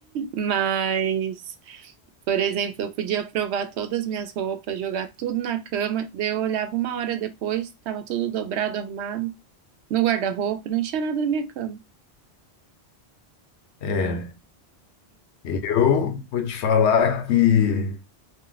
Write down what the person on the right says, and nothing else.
Mas, por exemplo, eu podia provar todas as minhas roupas, jogar tudo na cama, daí eu olhava uma hora depois, tava tudo dobrado, arrumado, no guarda-roupa, não tinha nada na minha cama.